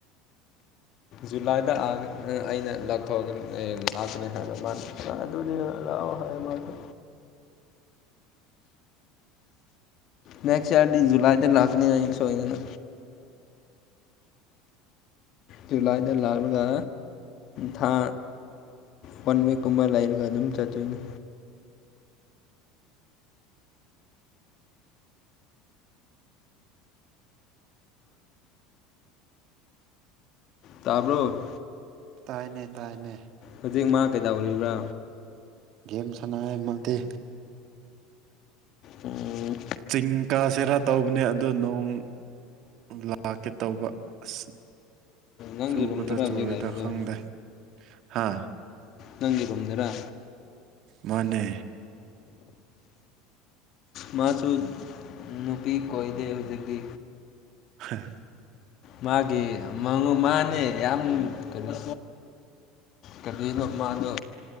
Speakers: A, on the right (about 50°); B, on the left (about 45°).
A: <inaudible>
B: ꯖꯨꯂꯥꯏꯗ ꯑꯥ ꯑꯩꯅ ꯂꯥꯛꯊꯣꯛꯑꯒꯅꯤ ꯑꯩꯅ ꯂꯥꯛꯀꯅꯤ ꯍꯥꯏꯕ ꯃꯥꯅ ꯑꯗꯨꯗꯨꯅꯤ ꯂꯥꯕ ꯍꯥꯏ ꯌꯥꯝ ꯃꯥꯇ ꯅꯦꯛꯁ ꯏꯌꯥꯔꯗꯤ ꯖꯨꯂꯥꯏꯗ ꯂꯥꯛꯀꯅꯤ ꯑꯩ ꯁꯣꯏꯗꯅ ꯖꯨꯂꯥꯏꯗ ꯂꯥꯛꯂꯒ ꯊꯥ ꯋꯥꯟ ꯋꯤꯛꯀꯨꯝꯕ ꯂꯩꯔꯒ ꯑꯗꯨꯝ ꯆꯠꯇꯣꯏꯅꯤ ꯇꯥꯕ꯭ꯔꯣ
A: ꯇꯥꯏꯅꯦ ꯇꯥꯏꯅꯦ
B: ꯍꯧꯖꯤꯛ ꯃꯥ ꯀꯩꯗꯧ ꯑꯣꯏꯔꯤꯕ꯭ꯔꯥ
A: ꯒꯦꯝ ꯁꯅ ꯃꯥꯗꯤ
B: ꯎꯝ
A: ꯆꯤꯡ ꯀꯥꯁꯤꯦꯔꯥ ꯇꯧꯕꯅꯦ ꯑꯗꯣ ꯅꯣꯡ ꯂꯥꯛꯀꯦ ꯇꯧꯕ ꯑꯁ
B: ꯅꯪꯒꯤ
A: ꯆꯨꯒꯗ
B: ꯔꯨꯝꯗꯔ
A: ꯆꯨꯔꯣꯏꯗ
B: ꯍꯧꯖꯤꯛ ꯂꯩꯕꯗꯣ
A: ꯈꯪꯗꯦ ꯍꯥꯥ
B: ꯅꯪꯒꯤꯒꯣꯝꯗꯔꯥ
A: ꯃꯅꯦ
B: ꯃꯥꯁꯨ ꯅꯨꯄꯤ ꯀꯣꯏꯗꯦ ꯍꯧꯖꯤꯛꯇꯤ
A: ꯍꯝ
B: ꯃꯥꯒꯤ ꯃꯉꯨ ꯃꯥꯅꯦ ꯌꯥꯝ ꯀꯩꯅꯣ ꯀꯕꯤꯔꯣ ꯃꯥꯗꯣ